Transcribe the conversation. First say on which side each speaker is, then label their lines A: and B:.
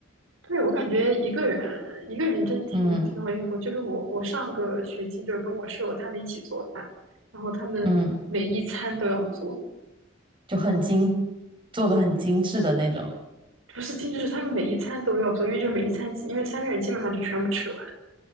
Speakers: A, on the right; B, on the right.
A: 对，我感觉一个人一个人真的挺挺好应付，
B: 嗯
A: 就是我我上个学期就是跟我室友他们一起做饭，然后他们每一餐都要做，
B: 嗯，就很精，做的很精致的那种。
A: 不是仅仅是他们每一餐都要做，因为就是每一餐基，因为三个人基本上就全部吃完。